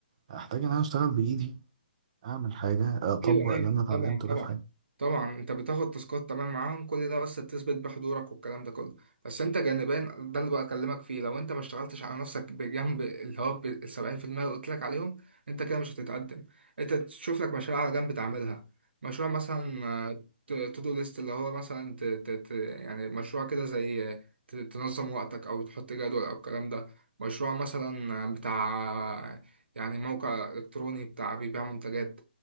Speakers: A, on the right (about 40°); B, on the right (about 75°).
A: احتاج ان انا اشتغل بايدي اعمل حاجه اطبق
B: ايوه ايوه
A: اللي انا اتعلمته
B: طبعا طبعا
A: ده في حياتي
B: طبعا انت بتاخد تاسكات تمام معاهم كل ده بس تثبت بحضورك والكلام ده كله بس انت جانبيا ده اللي بكلمك فيه لو انت ما اشتغلتش على نفسك بجنب اللي هو ال 70% اللي قلت لك عليهم انت كده مش هتتقدم انت تشوف لك مشاريع على جنب تعملها مشروع مثلا تو دو ليست اللي هو مثلا ت ت ت يعني مشروع كده زي آه، ت- تنظم وقتك او تحط جدول او الكلام ده مشروع مثلا بتاع يعني موقع الكتروني بتاع بيبيع منتجات